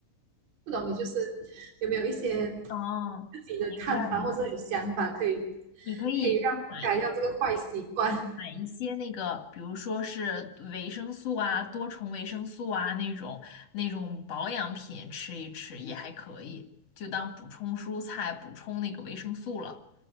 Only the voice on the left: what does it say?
哦，
明白明白。
你可以去买一
买一些那个，比如说是维生素啊、多重维生素啊那种那种保养品吃一吃也还可以，就当补充蔬菜、补充那个维生素了。